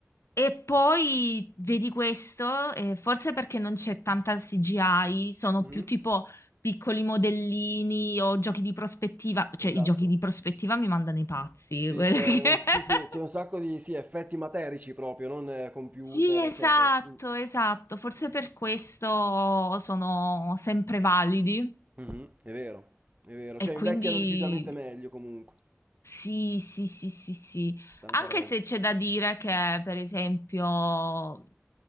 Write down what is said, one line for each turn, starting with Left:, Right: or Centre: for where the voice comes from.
Left: e poi vedi questo, e forse perché non c'è tanta CGI, sono
Right: Mhm.
Left: più tipo piccoli modellini o giochi di prospettiva, cioè
Right: Esatto.
Left: i giochi di prospettiva mi mandano i pazzi.
Right: Sì,
Left: quelli
Right: c'è
Left: che-
Right: un,
Left: <laughs>
Right: sì, sì, c'è un sacco di sì, effetti materici proprio, non eh, computer,
Left: Sì,
Right: eccetera.
Left: esatto,
Right: Mm.
Left: esatto, forse per questo sono sempre validi
Right: Mhm, È vero, è vero.
Left: e
Right: Cioè
Left: quindi
Right: invecchiano decisamente meglio comunque.
Left: Sì, sì, sì, sì, sì.
Right: Tanta
Left: Anche
Right: roba.
Left: se c'è da dire che, per esempio,